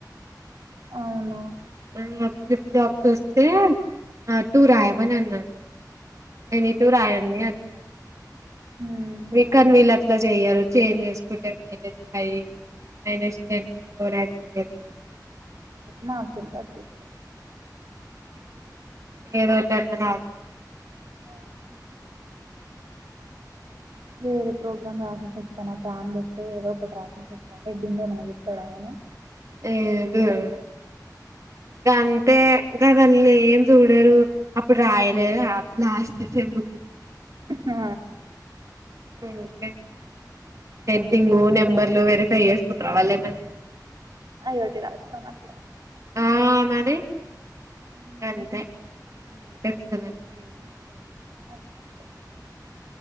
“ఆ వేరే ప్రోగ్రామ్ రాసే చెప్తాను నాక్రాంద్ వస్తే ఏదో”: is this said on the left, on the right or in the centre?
Right